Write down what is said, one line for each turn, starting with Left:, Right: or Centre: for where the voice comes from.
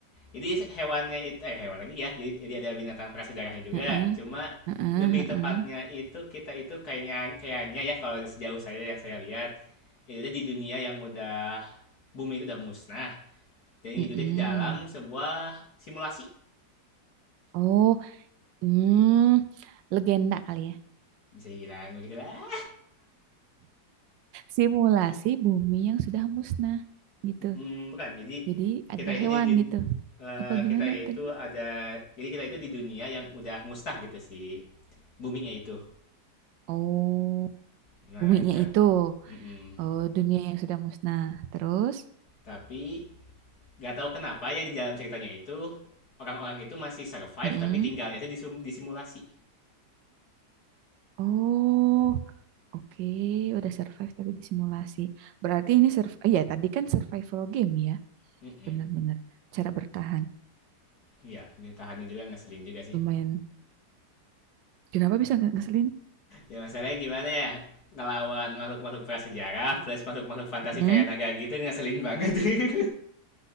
Left: Jadi hewannya itu eh hewan lagi ya. Jadi, jadi ada binatang prasejarahnya juga.
Right: Heeh,
Left: Cuma
Right: heeh,
Left: lebih tepatnya
Right: heeh.
Left: itu kita itu kayaknya kayaknya ya kalau sejauh saya yang saya lihat itu di dunia yang udah bumi itu udah musnah dan
Right: Mm-mm.
Left: itu di dalam sebuah simulasi
Right: Oh, hmm, legenda kali ya.
Left: bisa dibilang begitu lah
Right: Simulasi bumi yang sudah musnah gitu.
Left: Mm, bukan. Jadi
Right: Jadi ada
Left: kita itu
Right: hewan
Left: di dun-
Right: gitu.
Left: eh,
Right: Apa gimana
Left: kita itu
Right: tadi?
Left: ada jadi kita itu di dunia yang udah mustah gitu sih boomingnya itu.
Right: Oh,
Left: Nah,
Right: buminya
Left: ta-
Right: itu
Left: mm-mm.
Right: oh, dunia yang sudah musnah. Terus,
Left: tapi nggak tahu kenapa ya di dalam ceritanya itu orang-orang itu masih survive
Right: mm-mm.
Left: tapi tinggalnya itu di, sum- di simulasi.
Right: Oh. Oke, udah survive tapi disimulasi. Berarti ini surv eh, ya tadi kan survival game ya,
Left: Mm-mm.
Right: bener-bener cara bertahan.
Left: Iya, tahannya juga ngeselin juga sih.
Right: Lumayan. Kenapa bisa nggak ngeselin?
Left: Ya masalahnya gimana ya? ngelawan makhluk-makhluk prasejarah plus makhluk-makhluk fantasi
Right: Mm.
Left: kayak naga gitu ngeselin banget. <laughs>